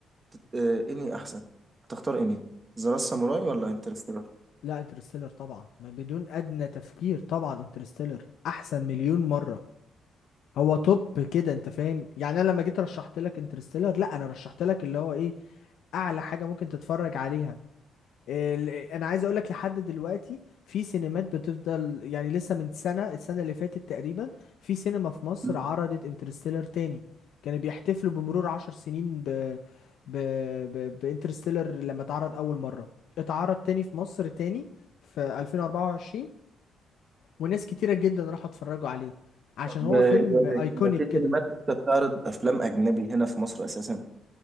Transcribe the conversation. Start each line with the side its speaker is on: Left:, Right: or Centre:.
Right: تت- آه، اني احسن هتختار اني ذا لاست ساموراي ولا انترستيلر
Left: لا انترستيلر طبعا ما بدون ادنى تفكير طبعا انترستيلر احسن مليون مرة هو توب كده انت فاهم يعني انا لما جيت رشحت لك انترستيلر لا انا رشحت لك اللي هو ايه اعلى حاجة ممكن تتفرج عليها ال- انا عايز اقول لك لحد دلوقتي في سينمات بتفضل يعني لسه من سنة السنة اللي فاتت تقريبا في سينما في مصر
Right: مم.
Left: عرضت انترستيلر تاني كانوا بيحتفلوا بمرور عشر سنين ب ب ب بانترستيلر لما اتعرض اول مرة اتعرض تاني في مصر تاني في 2024 وناس كتيرة جدا راحوا اتفرجوا عليه عشان
Right: طب
Left: هو
Right: آه،
Left: فيلم
Right: يعني
Left: ايكونيك
Right: ما في
Left: كده
Right: سينمات لسه بتعرض افلام اجنبي هنا في مصر اساسا